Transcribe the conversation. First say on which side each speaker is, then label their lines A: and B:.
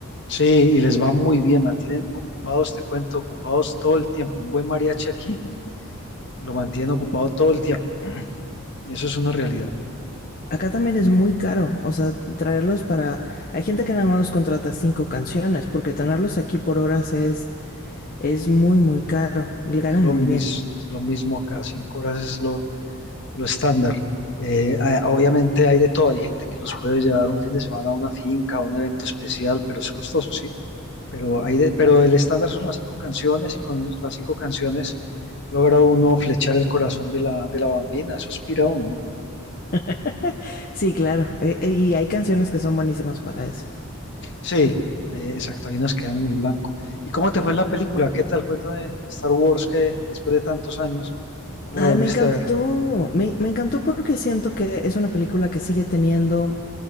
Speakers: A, on the left; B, on the left.
A: Sí, y les va muy bien, mantienen ocupados, te cuento, ocupados todo el tiempo. Un buen mariachi aquí lo mantienen ocupado todo el tiempo. Eso es una realidad.
B: Acá también es muy caro, o sea, traerlos para... Hay gente que nada más los contrata cinco canciones, porque tenerlos aquí por horas es, es muy, muy caro. Y ganan
A: Es lo,
B: muy
A: mis-
B: bien.
A: es lo mismo acá, cinco horas es lo, lo estándar. Eh, a- obviamente hay de todo, hay gente que los puede llevar un fin de semana a una finca, a un evento especial, pero es costoso, sí. Pero, hay de, pero el estándar son las cinco canciones y con las cinco canciones logra uno flechar el corazón de la, de la bambina, eso aspira uno, ¿no?
B: <laughs> Sí, claro. e- e- y hay canciones que son buenísimas para eso.
A: Sí, eh, exacto, ahí nos quedan en el blanco. ¿Y cómo te fue en la película? ¿Qué tal? Cuéntame, Star Wars, que después de tantos años, ¿cómo
B: Ay,
A: la volviste
B: me encantó.
A: a ver?
B: Me, me encantó porque siento que es una película que sigue teniendo.